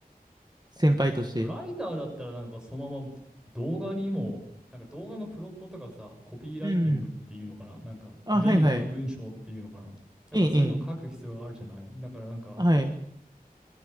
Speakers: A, on the right; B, in the centre.
A: 先輩として。
B: でもライターだったらなんかそのまま動画にも、なんか動画のプロットとかさ、コピーライティングっていうのかな、
A: うん。
B: なんか目に引く文章っていうのかな。
A: あ、はいはい。
B: やっぱそういうのを書く必要があるじゃない。
A: ええ、ええ。
B: だからなんか、
A: はい。